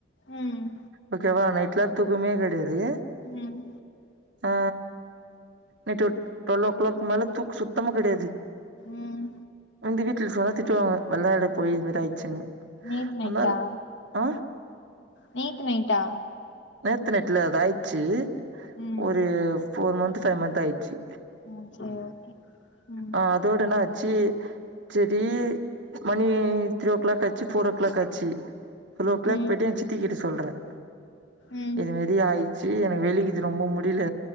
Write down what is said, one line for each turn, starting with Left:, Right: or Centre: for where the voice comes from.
Left: ம்
Right: ஓகேவா நைட்லாம் தூக்கமே கெடயது
Left: ம்
Right: ஆ நைட் ட்வெல்வ ஓ கிளாக் மேல தூக்கம சுத்தமா கிடையாது
Left: ம்
Right: வந்து வீட்டுல சொன்னா திட்டுவாங்க வெள்ளாட போய் இந்த மாறி ஆயிடுச்சுன்னு
Left: நேத்து நைட்டா
Right: அதனால ஆ
Left: நேத்து நைட்டா
Right: நேத்து நெட்டில்ல அத ஆயிடுச்சு
Left: ம்
Right: ஒரு ஃபோர் மந்த்த் ஃபைவ் மந்த்த் ஆயிச்சு
Left: ம் சரி ஓகே ம்
Right: ஆ அதோடனா ஆச்சு சரி மணி த்ரீ ஓ கிளாக் ஆச்சு ஃபோர் ஓ கிளாக்ச்சு ஒரு ஓ கிளாக்
Left: ம்
Right: போயிட்டு என் சித்தக்கிட்டு சொல்றேன்
Left: ம்
Right: இதுமாறி ஆயிச்சு எனக்கு வெளிக்குது ரொம்ப முடியல